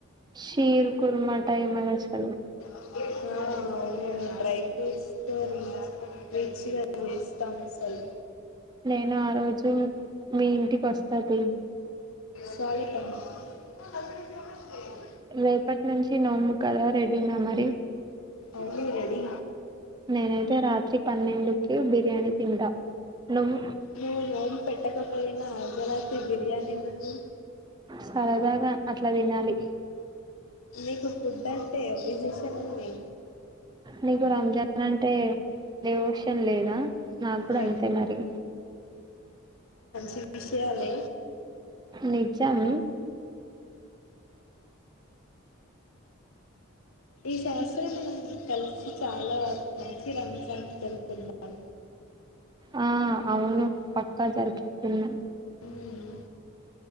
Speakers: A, on the right (about 20°); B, on the left (about 75°).
A: షీర్ కుర్మా టై మల చలు
B: ఆ అవును డ్రై ఫ్రూట్స్తో ర రిచిగా చేస్తాం అసలు
A: నేను ఆ రోజు మీ ఇంటికి వస్తా తీ
B: సాలితం అ <unintelligible>
A: రేపటి నుంచి నోము కదా రెడీనా మరి
B: ఓంగ్లీ రెడి
A: నేనైతే రాత్రి పన్నెండుకి బిర్యానీ తింటా నువ్వు
B: నువ్వు నోమ్ పెట్టకపోయిన అర్ధరాత్రి బిర్యానీ ఎందుకు
A: సరదాగా అట్లా తినాలి
B: మీకు ఫుడ్ అంటే విజషన్ంది
A: నీకు రంజాన్ అంటే అదే లేదా నాకు కూడా
B: రే
A: అంతే మరి
B: తీశయాల <unintelligible>
A: నిజం
B: ఈ సంవత్సరం మనం కలిసి చాలా వ మంచి రంజాన్ జరుపుతున్నాం
A: ఆ అవును పక్క జరకున్న
B: మ్మ్